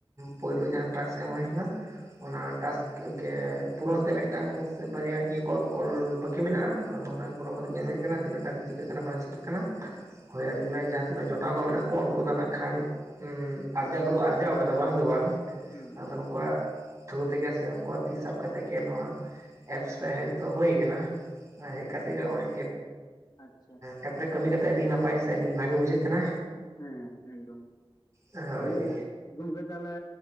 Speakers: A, on the right; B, on the left.
A: ᱯᱳᱭᱞᱩ ᱡᱟᱦᱟᱸ ᱴᱟᱠᱥ ᱮᱢ ᱦᱩᱭ ᱠᱟᱱᱟ ᱚᱱᱟ
B: ᱦᱩᱸ
A: ᱴᱟᱠᱥ ᱜᱮ ᱯᱩᱨᱚᱱ ᱛᱮ ᱢᱤᱫᱴᱟᱝ ᱥᱮ ᱵᱟᱨᱭᱟ ᱤᱭᱟᱹ ᱠᱚ ᱠᱚᱞ ᱵᱟᱠᱤ ᱵᱟᱠᱤ ᱢᱮᱱᱟᱜᱼᱟ ᱟᱫᱚ ᱚᱱᱟᱜᱮ ᱯᱩᱨᱚᱱ ᱠᱟᱛᱮ ᱧᱮᱞ ᱦᱩᱭᱩᱜ ᱠᱟᱱᱟ ᱛᱤᱱᱟᱹᱜ ᱴᱟᱜ ᱪᱤᱠᱟᱹᱜ ᱠᱟᱱᱟ ᱵᱟᱝ ᱪᱤᱠᱟᱹᱜ ᱠᱟᱱᱟ
B: ᱟᱪᱪᱷᱟ
A: ᱦᱳᱭ <inaudible> ᱛᱤᱱᱟᱹᱜ ᱡᱚᱴᱟᱣ ᱠᱚ ᱢᱮᱱᱟᱜ ᱠᱚᱣᱟ ᱩᱱᱠᱩ ᱫᱚ ᱱᱟᱜ ᱠᱷᱟᱱ ᱟᱨᱡᱟᱣ ᱫᱚᱠᱚ ᱟᱨᱡᱟᱣ ᱟᱠᱟᱫᱟ ᱵᱟᱝ ᱫᱚ ᱵᱟᱝ
B: ᱦᱩᱸ
A: ᱟᱫᱚ ᱱᱩᱠᱩᱣᱟᱜ ᱛᱷᱨᱩ ᱛᱮᱜᱮ ᱥᱮ ᱩᱱᱩᱠᱩᱣᱟᱜ ᱛᱤ ᱥᱟᱵ ᱠᱟᱛᱮ ᱜᱮ ᱱᱚᱣᱟ ᱮᱯᱥ ᱨᱮ ᱦᱮᱡ ᱫᱚ ᱦᱩᱭ ᱟᱠᱟᱱᱟ ᱦᱮᱡ ᱠᱟᱛᱮᱜ ᱜᱮ ᱱᱚᱜᱚᱭ
B: ᱟᱪᱪᱷᱟ
A: <inaudible> ᱮᱯ ᱨᱮ ᱠᱟᱹᱢᱤ ᱠᱟᱛᱮᱫ ᱟᱹᱰᱤ ᱱᱟᱯᱟᱭ ᱥᱮ ᱟᱹᱰᱤ ᱵᱷᱟᱜᱮ ᱵᱩᱡᱷᱟᱹᱜ ᱠᱟᱱᱟ
B: ᱦᱮᱸ ᱮᱠᱫᱚᱢ
A: ᱦᱳᱭ
B: ᱤᱭᱟ. ᱜᱚᱝᱠᱮ ᱛᱟᱦᱚᱞᱮ